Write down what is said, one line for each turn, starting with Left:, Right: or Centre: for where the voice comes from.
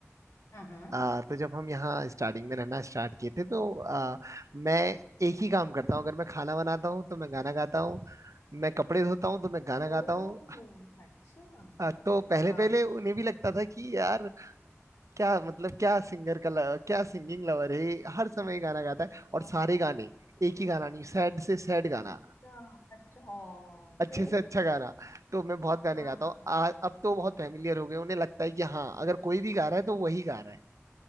Left: हाँ
Right: आ, तो जब हम यहाँ स्टार्टिंग में रहना स्टार्ट किए थे तो आ, मैं एक ही काम करता हूँ अगर मैं खाना बनाता हूँ तो मैं गाना गाता हूँ मैं कपड़े धोता हूँ तो मैं गाना
Left: ओ
Right: गाता हूँ
Left: अच्छा वाह
Right: आ, तो पहले पहले
Left: वाह
Right: उन्हें
Left: वाह।
Right: भी लगता था कि यार क्या मतलब क्या सिंगर का ल- क्या सिंगिंग लवर है ये, हर समय गाना गाता है और
Left: हाँ,
Right: सारे गाने एक ही गाना नहीं सैड से सैड गाना
Left: अच्छा अच्छा ओ
Right: अच्छे
Left: फिर
Right: से अच्छा गाना तो मैं बहुत गाने
Left: हाँ
Right: गाता हूँ
Left: हाँ
Right: आ- अब तो बहुत फैमिलियर हो गए उन्हें लगता है कि हाँ अगर कोई भी गा रहा है तो वही गा रहा है